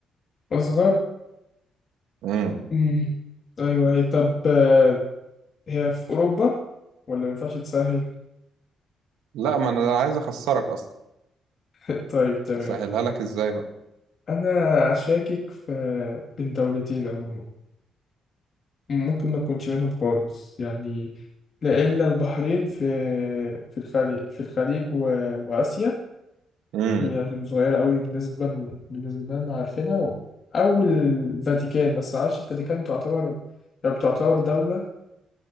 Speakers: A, on the left; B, on the right.
A: اصغر
B: مم.
A: مم. ايوه هي طب آه، هي في اوروبا ولا ما ينفعش تسهل
B: لا ما انا عايز اخسرك اصلا
A: <laughs> طيب تمام
B: اسهلها لك ازاي بقى
A: انا اشاكك في بين دولتين عموما ممكن ما تكونش منهم خالص يعني لا الا البحرين في في الخليج في الخليج و... واسيا
B: امم
A: هي عشان صغيرة قوي بالنسبة بالنسبة لنا عارفينها أو الفاتيكان بس معرفش الفاتيكان تعتبر هي بتعتبر دولة